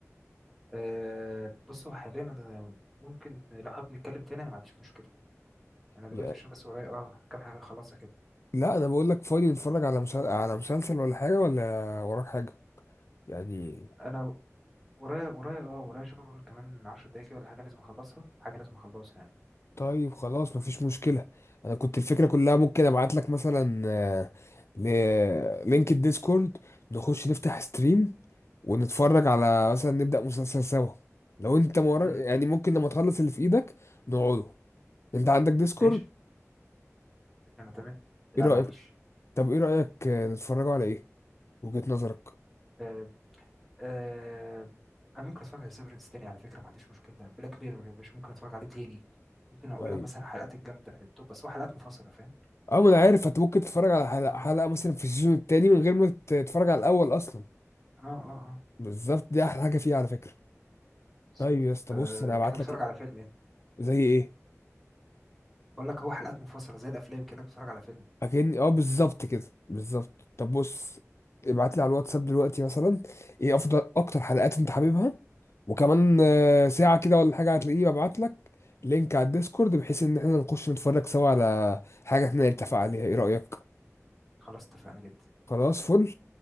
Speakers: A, in the centre; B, on the left.
A: أه بص هو حاليا انا ممكن لو حابب نتكلم تاني انا ما عنديش مشكله انا دلوقتي
B: يعني
A: عشان بس ورايا اه كام حاجه اخلصها كده
B: لا انا بقول لك فاضي نتفرج على مسل... على مسلسل ولا حاجه ولا وراك حاجه يعني
A: انا ورايا ورايا اه ورايا شغل كمان 10 دقايق كده ولا حاجه لازم اخلصها حاجه لازم اخلصها يعني
B: طيب خلاص مفيش مشكلة انا كنت الفكرة كلها ممكن ابعت لك مثلا آه، ل- آه، لينك الديسكورد نخش نفتح ستريم ونتفرج
A: امم
B: على مثلا نبدأ مسلسل سوا لو انت مورا
A: امم
B: يعني ممكن لما تخلص اللي في ايدك نقعده انت عندك ديسكورد
A: ماشي انا تمام لا
B: ايه رأيك
A: ما عنديش
B: طب ايه رأيك آه، نتفرجوا على ايه وجهة نظرك
A: آه آه انا ممكن اتفرج على سيفرنس تاني على فكره ما عنديش مشكله بلاك ميرور يا باشا ممكن اتفرج عليه تاني ممكن اقول
B: طيب
A: لك مثلا حلقات الجامده التوب بس هو حلقات منفصله فاهم
B: اه ما انا عارف انت ممكن تتفرج على حلقة,
A: اه
B: حلقة مثلا في السيزون التاني من غير ما تتفرج على الاول اصلا
A: اه اه اه
B: بالظبط دي احلى حاجة فيها على فكرة
A: مم، بالظبط
B: طيب يا اسطى
A: فكانك
B: بص انا هبعت
A: بتتفرج
B: لك
A: على فيلم يعني
B: زي ايه
A: بقول لك هو حلقات منفصله زي الافلام كانك بتتفرج على فيلم
B: اكن اه بالظبط كده بالظبط طب
A: مم،
B: بص ابعت لي على الواتساب دلوقتي مثلا ايه افضل اكتر حلقات انت حاببها وكمان
A: مم.
B: آه، ساعة كده ولا حاجة هتلاقيه ببعت لك لينك على الديسكورد بحيث ان احنا نخش نتفرج سوا على حاجة احنا نتفق عليها ايه رأيك
A: خلاص اتفقنا جدا
B: خلاص فل